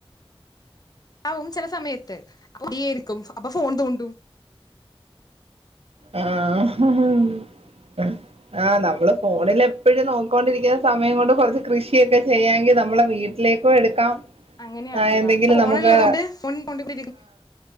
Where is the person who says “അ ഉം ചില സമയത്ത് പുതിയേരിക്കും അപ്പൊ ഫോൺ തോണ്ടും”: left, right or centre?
Left